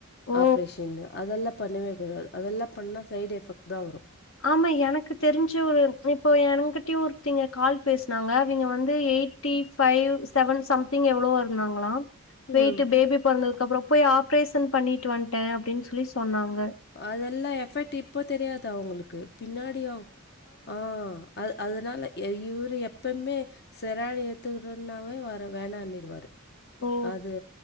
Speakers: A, on the left; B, on the left.
A: ஓ!
B: ஆப்ரேஷன் அது அதெல்லா பண்ணவே கூடாது அதெல்லா பண்ணா சைடு எஃபெக்ட் தா வரு
A: ஆமா எனக்த் தெரிஞ்சு ஒரு இப்போ என்கிட்டயு ஒருத்திங்க கால் பேசுனாங்க அவங்க வந்து eighty five seven something எவ்வளவோ இருந்தாங்களா வெயிட்டு
B: ம்
A: பேபி பொறந்ததுக்கு அப்றோ போய் ஆப்ரேஷன் பண்ணிட்டு வன்டே அப்டின்னு சொல்லி சொன்னாங்க
B: அதெல்லா எஃபெக்ட் இப்போ தெரியாது அவங்களுக்கு பின்னாடி ஆ அது அதனால எ இவரு எப்பமே செராய்டு ஏத்துவுடுறனாவே வர வேணான்னிருவாரு
A: ஓ!
B: அது